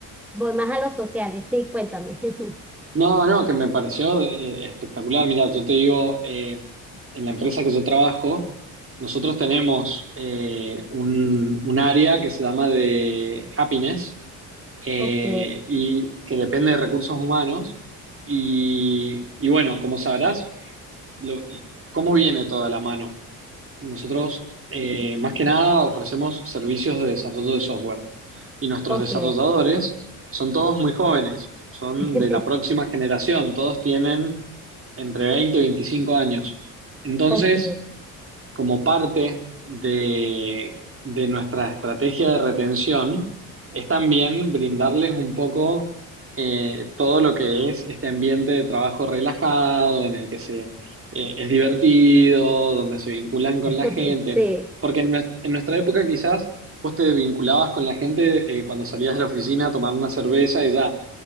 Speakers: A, in the centre; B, on the right.
A: voy más a los sociales. Sí, cuéntame. <laughs>
B: no, no, que me pareció eh, espectacular. Mira, yo te digo, eh, en la empresa que yo trabajo, nosotros tenemos eh, un, un área que se llama de happiness eh,
A: Ok,
B: y que depende de recursos humanos. Y, y bueno, como sabrás, lo- ¿cómo viene toda la mano? Nosotros, eh, más que nada, ofrecemos servicios de desarrollo de software y nuestros
A: ok,
B: desarrolladores son todos muy jóvenes, son
A: <laughs>
B: de la próxima generación, todos tienen entre 20 y 25 años. Entonces,
A: ok.
B: como parte de, de nuestra estrategia de retención es también brindarles un poco eh, todo lo que es este ambiente de trabajo relajado, en el que se, eh, es divertido, donde se vinculan con
A: <laughs>
B: la gente.
A: Sí,
B: Porque en, nues- en nuestra época quizás vos te vinculabas con la gente eh, cuando salías de la oficina a tomar una cerveza y ya.